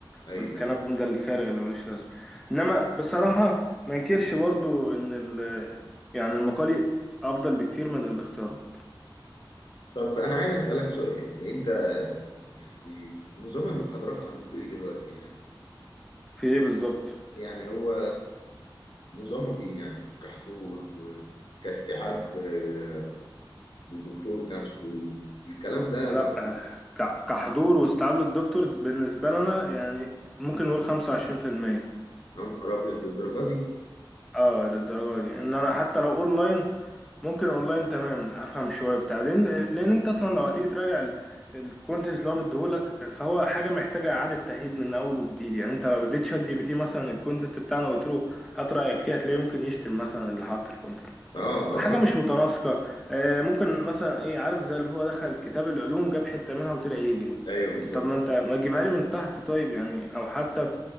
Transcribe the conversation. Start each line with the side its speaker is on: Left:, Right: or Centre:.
Left: ايوه
Centre: والكلام ده الفارغ اللي ملوش لازمه انما بصراحه ما انكرش برضو ان ال يعني المقالي افضل بكتير من الاختيارات
Left: طب انا عايز اسالك سؤال انت يعني نظام المحاضرات عندكم ايه دلوقتي يعني
Centre: في ايه بالظبط
Left: يعني هو نظامه ايه يعني كحضور وكاستيعاب آه، للدكتور نفسه الكلام ده
Centre: لا
Left: موجود
Centre: ك- كحضور واستيعاب للدكتور بالنسبه
Left: يا
Centre: لنا يعني ممكن نقول 25%
Left: نهار ابيض للدرجه دي
Centre: اه للدرجه دي ان انا حتى لو اونلاين ممكن اونلاين تمام افهم شويه بتاع لان لان انت اصلا لو هتيجي تراجع الكونتنت اللي هو مديهولك فهو حاجه محتاجه اعاده تاهيل من اول وجديد يعني انت لو اديت شات جي بي تي مثلا الكونتنت بتاعنا وقلت له هات رايك فيها هتلاقيه ممكن يشتم مثلا اللي حط الكونتنت
Left: اه
Centre: ده حاجه
Left: اه
Centre: مش متناسقه آه، ممكن مثلا ايه عارف زي اللي هو دخل كتاب العلوم جاب حته منها وطلع يجري
Left: ايوه بالظبط
Centre: طب ما انت ما تجيبها لي من تحت طيب يعني او حتى